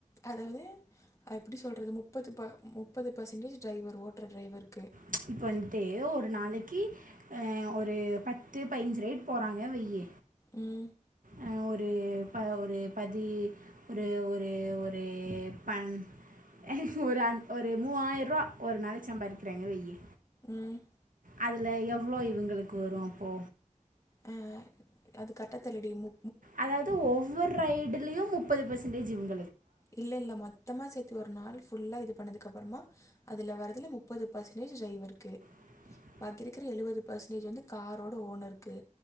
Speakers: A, on the left; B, on the right.
A: அதாவது எப்டி சொல்றது முப்பது ப முப்பது பர்சன்டேஜ் டிரைவர் ஓட்டுற டிரைவருக்கு
B: ச் இப்ப வந்ட்டு ஒரு நாளைக்கி அ ஒரு பத்து பதிஞ்சு ரைட் போறாங்க வையி
A: ம்
B: ஆ ஒரு ப ஒரு பதி ஒரு ஒரு ஒரு பண் ஹ ஹ ஒரு அன் ஒரு மூவாயி ரூபா ஒரு நாளைக் சம்பாரிக்கிறாங்க வய்யி
A: ம்
B: அதுல எவ்ளோ இவுங்களுக்கு வரு அப்போ
A: ஆ அது கட்டத்தெர்லடி மு
B: அதாவது ஒவ்வொரு ரைடுலயு முப்பது பெர்சன்டேஜ் இவுங்
A: இல்ல இல்ல மொத்தமா சேத் த்து ஒரு நாள் ஃபுல்லா இது பண்ணதுக்கப்பறமா அதுல வரதுல முப்பது பர்சன்டேஜ் ட்ரைவர்க்கு
B: <inaudible>
A: பாக்கி இருக்கிற எழுபது பெர்சன்டேஜ் வந்து காரோட ஓனருக்கு